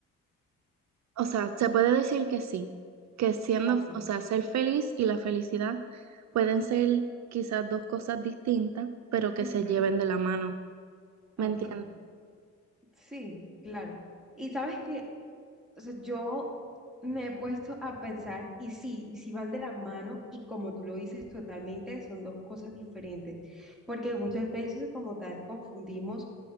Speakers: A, on the right; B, in the centre.
A: o sea, se puede decir que sí, que siendo,
B: ok.
A: o sea, ser feliz y la felicidad pueden ser quizás dos cosas distintas, pero que
B: ujú,
A: se lleven de la mano, ¿me
B: ok,
A: entiendes?
B: sí, claro. Y sabes que, o sea, yo me he puesto a pensar, y sí, y sí van de la mano, y como tú lo dices totalmente, son dos cosas diferentes, porque muchas veces como tal confundimos